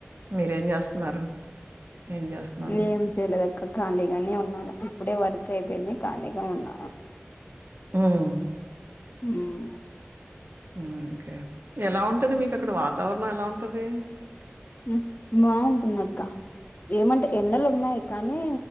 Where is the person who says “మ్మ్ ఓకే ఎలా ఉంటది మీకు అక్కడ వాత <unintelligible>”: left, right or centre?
Right